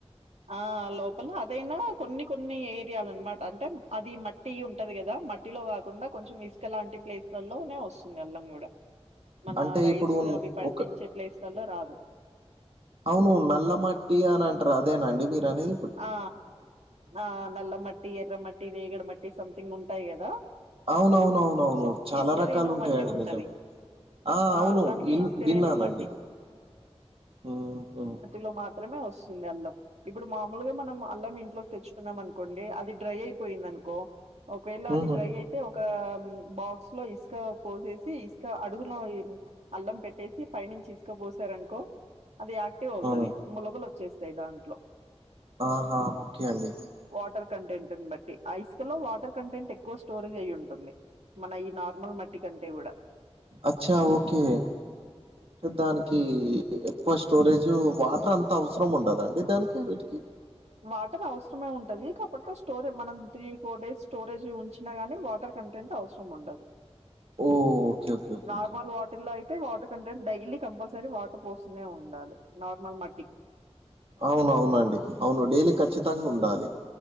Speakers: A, on the right; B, on the right.
A: ఆ లోపల అదైనా కొన్ని కొన్ని ఏరియాలనమట అంటే అది మట్ ట్టి ఉంటది కదా మట్టిలో కాకుండా కొంచెం ఇసుకలాంటి ప్లేస్లలోనే వస్తుంది అల్లం కూడా మన
B: అంటే
A: రైస్
B: ఇప్పుడు
A: అవి పండించే
B: ఒక
A: ప్లేస్లలో రాదు
B: అవును నల్లమట్టి అని అంటారు అదేనండి మీరు అనేది ఇప్పుడు
A: ఆ ఆ నల్లమట్టి ఎర్రమట్టి రేగడి మట్టి సంథింగ్ ఉంటాయి కదా
B: అవునవునవునవును
A: సో
B: చాలా
A: ఇసుకరేణువు
B: రకాలు ఉంటాయండి
A: మట్టి ఉంటది
B: నిజమే ఆ అవును
A: అల్లానికి
B: ఇన్
A: ఇసుకరేణువు
B: విన్నానండి
A: మట్టి
B: ఓ హో
A: లో మాత్రమే వస్తుంది అల్లం ఇప్పుడు మామూలుగా మనం అల్లం ఇంట్లోకి తెచ్ కున్నాం అనుకోండి అది డ్రై అయిపోయింది అనుకో ఒకవేళ అది
B: ఉహు
A: డ్రై అయి తే ఒక బాక్స్ లో ఇసుక పోసేసి ఇసుక అడుగులో అల్లం పెట్టేసి పై నుంచి ఇసుకపోసారనుకో అది యాక్టివ్ అవుతది
B: అవునా
A: మొలకలు వచ్చేస్తాయి దాంట్లో
B: ఆహా ఓకే అండి
A: వాటర్ కంటెంట్ ని బట్టి అ ఇసుకలో వాటర్ కంటెంట్ ఎక్కువ స్టోరేజ్ అయి ఉంటుంది మన ఈ నార్మల్ మట్టి కంటే కూడా
B: అచ్చా ఓకే దానికి ఎక్కువ స్టోరేజ్ వాటర్ అంత అవసరం ఉండదండి దానికి ఆ వీటికి
A: వాటర్ అవసరమే ఉంటది కాబట్ స్టోరే్ మనం త్రీ ఫోర్ డేస్ స్టోరేజ్ ఉంచినాగాని వాటర్ కంటెంట్ అవసరం ఉండదు
B: ఓ okay okay okay
A: normal
B: okay
A: water లో అయితే water content daily compulsory water పోస్తూనే ఉండాలి నార్మల్ మట్
B: అవునవునండి అవును డైలీ
A: హ్మ్.
B: ఖచ్చితంగా ఉండాలి